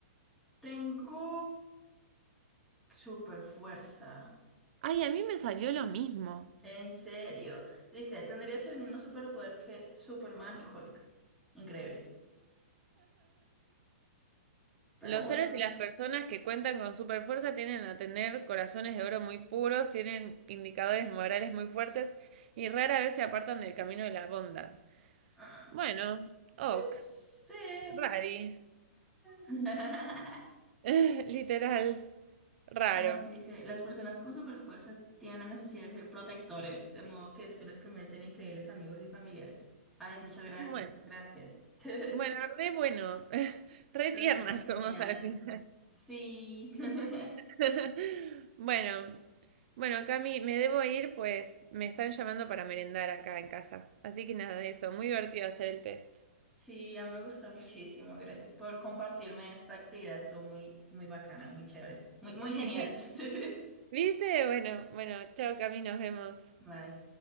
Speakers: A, in the centre; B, on the right.
A: Tengo super fuerza.
B: Ay, a mí me salió lo mismo.
A: En serio. Dice, tendrías el mismo superpoder que Superman y Hulk. Increíble. Pero
B: Los
A: bueno.
B: héroes y las personas que cuentan con superfuerza tienden a tener corazones de oro muy puros, tienen indicadores morales muy fuertes y rara vez se apartan del camino de la bondad.
A: ah,
B: Bueno, ok.
A: Pues sí. eh.
B: Rari.
A: <laughs>
B: <laughs> Literal. Raro.
A: ¿Qué más dice? Las personas con superfuerza tienen la necesidad de ser protectores, de modo que esto les convierte en increíbles amigos y familiares. Ay, muchas gracias,
B: Bueno,
A: gracias. <laughs>
B: bueno, re bueno. <laughs> Re
A: Pero
B: tiernas
A: sí, genial.
B: somos al final.
A: Sí. <laughs>
B: <laughs> Bueno, bueno, Cami, me debo ir, pues me están llamando para merendar acá en casa. Así que nada, eso, muy divertido hacer el test.
A: Sí, a mí me gustó muchísimo. Gracias por compartirme esta actividad. Estuvo muy, muy bacana, muy chévere, muy, muy genial.
B: <laughs>
A: <laughs>
B: ¿Viste? Bueno, bueno, chao, Cami, nos vemos.
A: Bye.